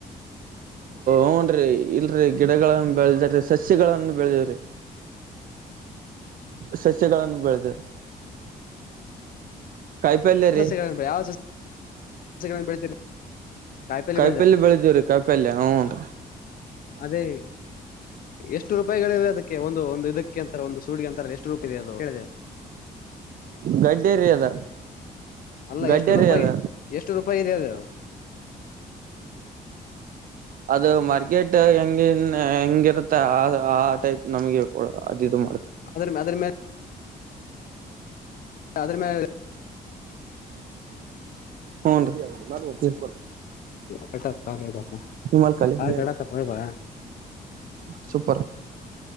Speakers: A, on the right; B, on the left.
A: ಹ್ನ್ ರೀ ಇಲ್ರಿ ಗಿಡಗಳನ್ನ ಬೆಳೆದ್ರ ಸಸ್ಯಗಳನ್ನು ಬೆಳೆದವ್ರಿ ಸಸಕಾಲ ಬೆಳತಾರೆ ಕಾಯಪಲ್ಲ
B: ಯಾವ
A: ರೀ
B: ಸಸ್ಯಗಳನ್ನ ಬೆಳೆ- ಯಾವ ಸಸ್ಯಗಳನ್ನ ಬೆಳಿತೀರಿ ಕಾಯಿಪಲ್ಲೆ
A: ಕಾಯಿ
B: ಬೆಳೆದ
A: ಪಲ್ ಬೆಳದೇವ್ರೀ ಕಾಯಿ ಪಲ್ಯ ಹ್ನ್ ರೀ
B: ಅದೇ ಎಷ್ಟು ರೂಪಾಯಿಗಳಿವೆ ಅದಕ್ಕೆ ಒಂದು ಒಂದು ಇದಕ್ಕೆ ಅಂತಾರೆ ಒಂದು ಸೂಡ್ಗೆ ಅಂತಾರೆ ಎಷ್ಟು ಇಲ್ಲ
A: ಗಡ್ಡೆ ರೀ ಅದ
B: ಅಲ್ಲ
A: ಗಡ್ಡೆ
B: ಎಷ್ಟು ರೂಪಾಯಿ
A: ರೀ ಅದ
B: ಎಷ್ಟು ರೂಪಾಯಿ ಇದೆಯ ಅ
A: ಅದು ಮಾರ್ಕೆಟ್ ಹೆಂಗನ್ ಹೆಂಗಿರುತ್ತೆ ಆ ಟೈಪ್ ನಮಗೆ ಅದುದು
B: ಅದ್ರ ಅದ್ರ ಮೇಲೆ ಅದ್ರ ಮೇಲೆ
A: ಹ್ಞನ್ ರ
B: ಕಟ್ಟತ್ ಕಪ
A: ನಿಮ್ಮಲ್ಕಲ್ಲಿ
B: ಕ ಕಡತ್ಪ್ಪಬಾ
A: ಸೂಪರ್